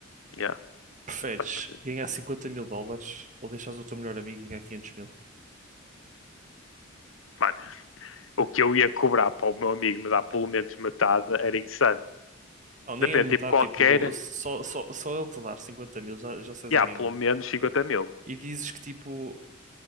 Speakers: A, on the left; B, on the right.
A: Yeah,
B: Preferes
A: faz sentido.
B: ganhar 50 mil dólares ou deixares o teu melhor amigo ganhar 500 mil?
A: Mano, o que eu ia cobrar para o meu amigo me dar pelo menos metade era insano.
B: Não,
A: Depende,
B: nem a metade,
A: tipo, qualquer,
B: tipo, só, só, só ele te dar 50 mil já, já estás
A: yeah,
B: a ganhar.
A: pelo menos 50 mil.
B: E dizes que, tipo,